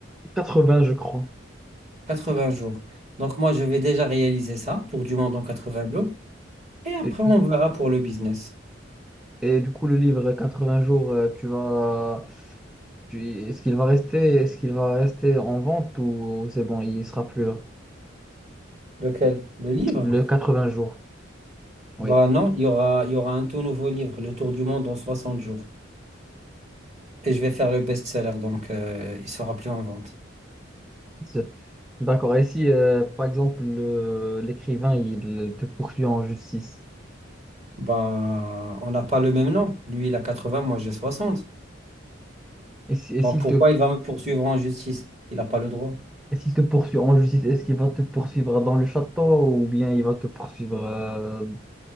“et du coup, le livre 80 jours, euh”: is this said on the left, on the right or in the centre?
Centre